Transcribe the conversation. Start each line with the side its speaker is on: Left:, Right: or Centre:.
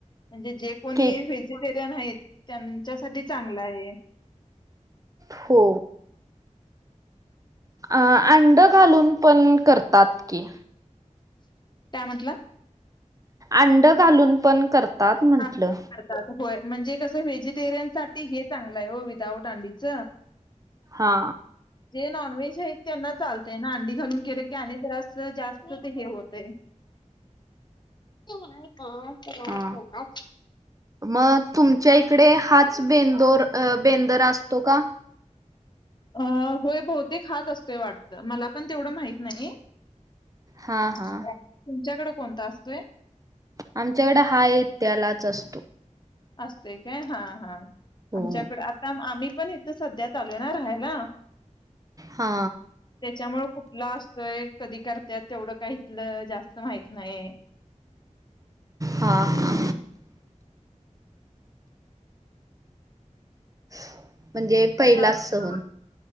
Left: म्हणजे जे कोणी
Right: केक
Left: व्हेजीटे ते नाहीत. त्यांच्यासाठी चांगलं हाय हे.
Right: हो अ अंड घालून पण करतात. कीं
Left: काय म्हटला?
Right: अंड घालून पण कर तात म्हंटलं.
Left: हा करतात होय, म्हणजे कसं व्हेजिटेरियन साठी हे चांगलं हाय ओ, विदाऊट अंडीच.
Right: हा.
Left: जे नॉनव्हेज आहेत त्यांना चालतय ना, अंडी घालून केलं की आणि जरास जास्त ते होतय. हा. हा.
Right: हा
Left: फोनात
Right: मग तुमच्या इकडे हाच बेंदोर, बेंदर असतो का?
Left: अ होय बहूतेक हाचं असतोय वाटतं, मला पण तेवढं माहित नाही.
Right: हा हा
Left: तुमच्याकडे? कोणता असतोय?
Right: आमच्याकडे हा येत्यालाच असतो.
Left: असते काय? हा हा.
Right: हो.
Left: आमच्याकडे आता, आम्ही पण इथ सध्या चालू येणार हाय नां?
Right: हा
Left: त्याच्यामुळे कुठला अस तो एक कधी करत्यात तेवढं काही इथलं जास्त माहित नाही.
Right: हा हा. <inaudible> म्हणजे
Left: कसं
Right: पहिलाच सहन